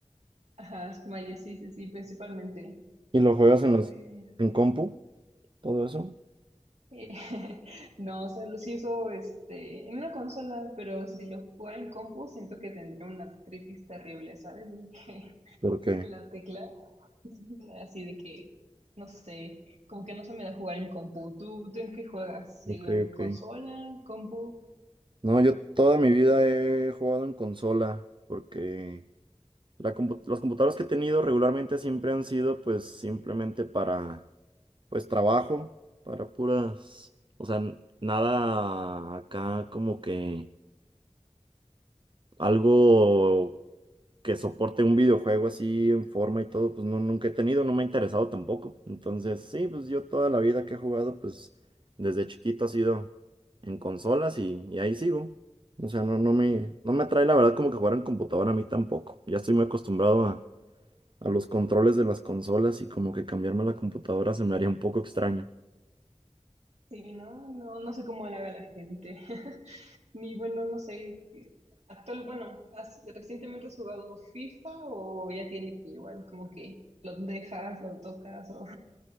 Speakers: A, on the right; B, on the right.
A: Ajá, Mario, sí, sí, sí, principalmente.
B: ¿Y lo juegas
A: Pero
B: en
A: a
B: los,
A: ver.
B: en compu? ¿Todo eso?
A: eh, <laughs> No, o sea, lo sí eso este, en una consola, pero si lo jugara en compu, siento que tendría una artritis terrible, ¿sabes? <laughs>
B: ¿Por qué?
A: La tecla, <laughs> así de que, no sé, como que no se me da jugar en compu. ¿Tú, tú en qué juegas? ¿Sí,
B: Ok,
A: en
B: ok.
A: consola, compu?
B: No, yo toda mi vida he jugado en consola, porque la compu- las computadoras que he tenido regularmente siempre han sido pues simplemente para Pues trabajo para puras, o sea, n- nada acá como que algo que soporte un videojuego así en forma y todo, pues no, nunca he tenido, no me ha interesado tampoco. Entonces, sí, pues yo toda la vida que he jugado, pues desde chiquito ha sido en consolas y, y ahí sigo. O sea, no, no me, no me atrae la verdad como que jugar en computadora a mí tampoco. Ya estoy muy acostumbrado a, a los controles de las consolas y como que cambiarme a la computadora se me haría un poco extraño.
A: Sí, ¿no? No, no sé cómo le haga la gente. <laughs> Ni bueno, no sé. Actual, bueno, ¿has- ¿recientemente has jugado FIFA o ya tiene que igual como que lo dejas, lo tocas o